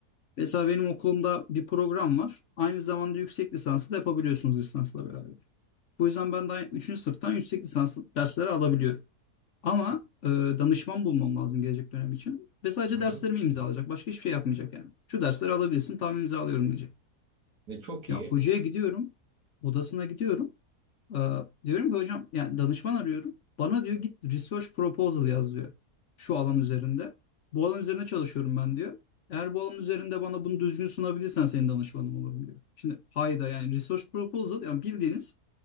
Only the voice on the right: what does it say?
Hı
hı.
E, çok
iyi.